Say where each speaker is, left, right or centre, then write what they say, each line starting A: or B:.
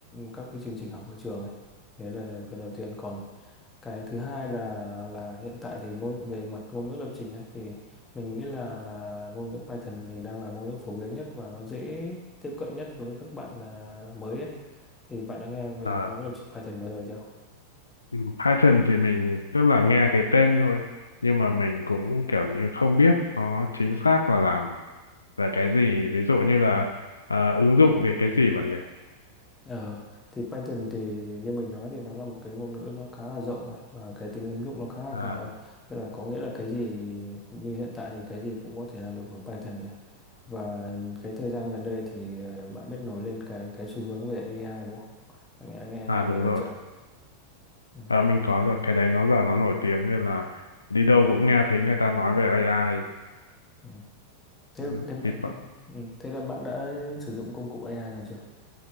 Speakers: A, on the left; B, on the left.
A: các cái chương trình học ở trường ấy đấy là lời khuyên đầu tiên còn cái thứ hai là là hiện tại thì ngôn về mặt ngôn ngữ lập trình ấy thì mình nghĩ là là ngôn ngữ Python thì đang là ngôn ngữ phổ biến nhất và nó dễ tiếp cận nhất đối với các bạn à, mới ấy thì bạn đã nghe về
B: Ờ.
A: ngôn ngữ lập trình Python bao giờ chưa?
B: Ừ, Python thì mình tức là nghe cái tên thôi nhưng mà mình cũng kiểu như không biết nó chính xác là làm về cái gì ví dụ như là ờ, ứng dụng về cái gì bạn nhỉ
A: Ờ, thì Python thì như mình nói thì nó là một cái ngôn ngữ nó khá là rộng rồi và cái tính ứng dụng nó khá là
B: à
A: cao rồi. Tức là có nghĩa là cái gì như hiện tại thì cái gì cũng có thể làm được bằng Python này. Và cái thời gian gần đây thì ờ, bạn biết nổi lên cái cái xu hướng về AI đúng không? Bạn nghe, nghe AI
B: à đúng
A: bao giờ
B: rồi
A: chưa? Ừ,
B: Ờ, mình có rồi cái đấy nó giờ nó nổi tiếng nên là đi đâu cũng nghe thấy người ta nói về AI
A: ừ. Thế,
B: ừ,
A: thế bạn
B: thì
A: ừ, thế là bạn đã sử dụng công cụ AI nào chưa?